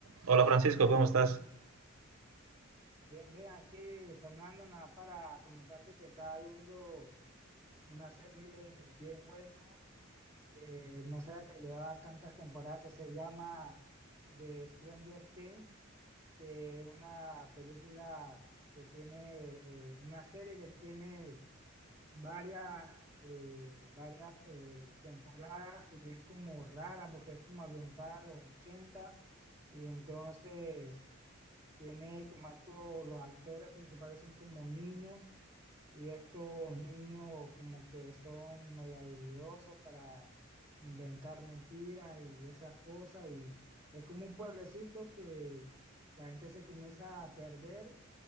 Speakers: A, on the right; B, on the right.
A: Hola Francisco, ¿cómo estás?
B: Bien, bien, aquí Fernando, nada para comentarte que estaba viendo una serie bien buena que no sabía que lleva tantas temporadas, que se llama The Stranger Things, que es una película que tiene, eh, una serie que tiene varias, eh, varias eh, temporadas y es como rara porque es como ambientada a los 80 y entonces... Tiene como estos, los actores principales son como niños y estos niños como que son medio habilidosos para inventar mentiras y esas cosas y es como un pueblecito que la gente se comienza a perder,